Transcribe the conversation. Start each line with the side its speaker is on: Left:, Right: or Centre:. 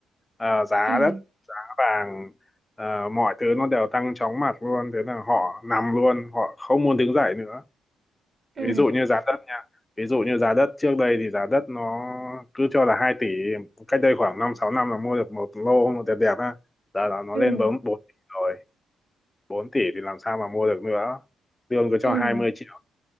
Left: Ờ, giá
Right: Ừ.
Left: đất giá vàng ờ, mọi thứ nó đều tăng chóng mặt luôn thế là họ nằm luôn họ không muốn đứng dậy nữa
Right: ừ
Left: ví dụ như giá đất nha ví dụ như giá đất trước đây thì giá đất nó cứ cho là hai tỷ cách đây khoảng 5 6 năm là mua được một lô một đẹp đẹp á giờ là nó
Right: ừ
Left: lên bấm 4 tỷ rồi bốn tỷ thì làm sao mà mua được nữa lương cứ cho
Right: ừ
Left: hai mươi triệu